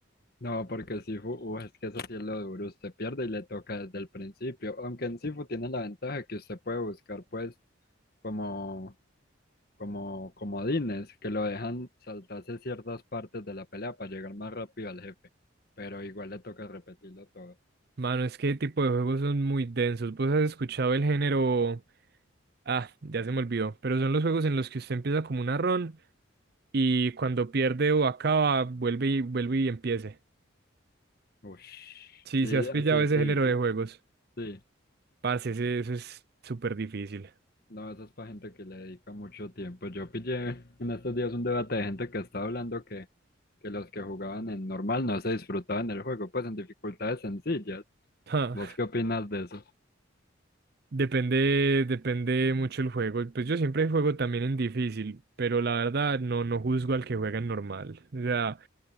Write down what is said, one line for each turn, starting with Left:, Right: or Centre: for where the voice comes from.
Left: No, porque Sifu, uh, es que eso sí es lo duro. Usted pierde y le toca desde el principio. Aunque en Sifu tiene la ventaja que usted puede buscar, pues, como, como comodines que lo dejan saltarse ciertas partes de la pelea para llegar más rápido al jefe. Pero igual le toca repetirlo todo.
Right: <laughs> Mano, es que tipo de juegos son muy densos. Vos has escuchado el género. Ah, ya se me olvidó. Pero son los juegos en los que usted empieza como una run y cuando pierde o acaba, vuelve y vuelve y empiece.
Left: Uy,
Right: Sí,
Left: sí,
Right: si has
Left: así,
Right: pillado
Left: así,
Right: ese género
Left: fu,
Right: de juegos.
Left: sí.
Right: Parce, ese- eso es súper difícil.
Left: No, eso es para gente que le dedica mucho tiempo. Yo pillé <laughs> en estos días un debate de gente que estaba hablando que, que los que jugaban en normal no se disfrutaban el juego, pues en dificultades sencillas.
Right: Ja,
Left: ¿Vos qué opinas de eso?
Right: Depende, depende mucho el juego. Pues yo siempre juego también en difícil, pero la verdad no, no juzgo al que juega en normal. O sea,